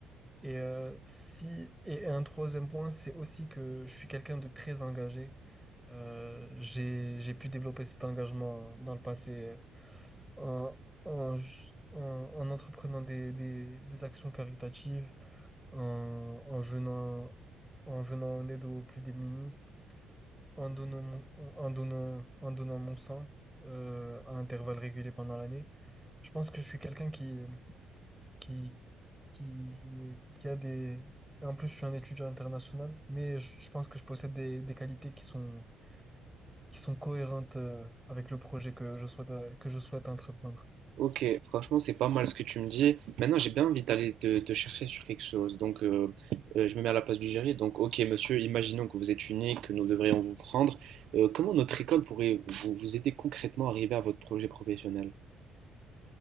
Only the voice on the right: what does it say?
Ok, franchement, c'est pas mal ce que tu me dis. Maintenant, j'ai bien envie d'aller te, te chercher sur quelque chose. Donc, euh, euh, je me mets à la place du jury. Donc, ok, monsieur, imaginons que vous êtes unique, que nous devrions vous prendre. Euh, comment notre école pourrait vous, vous aider concrètement à arriver à votre projet professionnel?